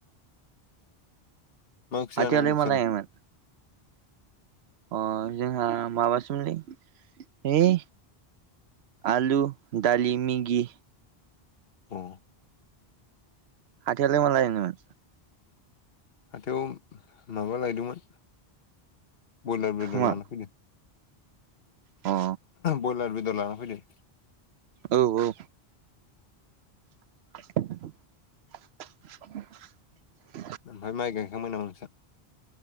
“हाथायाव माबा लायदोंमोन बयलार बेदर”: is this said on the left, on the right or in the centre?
Left